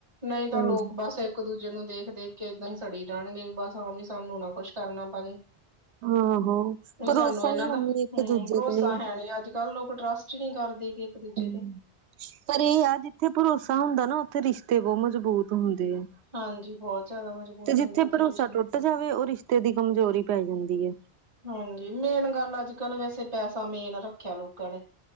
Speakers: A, on the right (about 25°); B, on the right (about 80°).
A: ਨਹੀਂ ਤਾਂ
B: ਹਾਂਜੀ,
A: ਲੋਕ ਬਸ ਇੱਕ-ਦੂਜੇ ਨੂੰ ਦੇਖ-ਦੇਖਕੇ ਏਦਾਂ ਈ ਸੜੀ ਜਾਣਗੇ, ਬਸ ਹਾਂ ਵੀ ਸਾਨੂੰ ਨਾ ਕੁਛ ਕਰਨਾ ਪਵੇ।
B: ਆਹੋ
A: ਵੀ
B: ਭਰੋਸਾ
A: ਸਾਨੂੰ ਇਹਨਾਂ
B: ਹੀ ਹੈਨੀ
A: ਦਾ
B: ਇੱਕ
A: ਹੂੰ,
B: ਦੂਜੇ
A: ਭਰੋਸਾ
B: ਤੇ
A: ਹੈ ਨਹੀਂ ਅੱਜ ਕੱਲ ਲੋਕ ਟਰੱਸਟ ਹੀ ਨਹੀਂ ਕਰਦੇ, ਇੱਕ-ਦੂਜੇ
B: ਹਮ,
A: ਤੇ।
B: ਪਰ ਇਹ ਆ, ਜਿੱਥੇ ਭਰੋਸਾ ਹੁੰਦਾ ਨਾ ਉੱਥੇ ਰਿਸ਼ਤੇ ਬਹੁਤ ਮਜ਼ਬੂਤ ਹੁੰਦੇ ਆ।
A: ਹਾਂਜੀ, ਬਹੁਤ ਜ਼ਿਆਦਾ ਮਜ਼ਬੂਤ
B: ਤੇ ਜਿੱਥੇ
A: ਹੁੰਦੇ ਆ ਇੱਥੇ
B: ਭਰੋਸਾ
A: ਰਿਸ਼ਤੇ।
B: ਟੁੱਟ ਜਾਵੇ, ਉਹ ਰਿਸ਼ਤੇ ਦੀ ਕਮਜ਼ੋਰੀ ਪੈ ਜਾਂਦੀ ਏ।
A: ਹਾਂਜੀ, ਮੇਨ ਗੱਲ ਅੱਜ-ਕੱਲ ਵੈਸੇ ਪੈਸਾ ਮੇਨ ਰੱਖਿਆ, ਲੋਕਾਂ ਨੇ।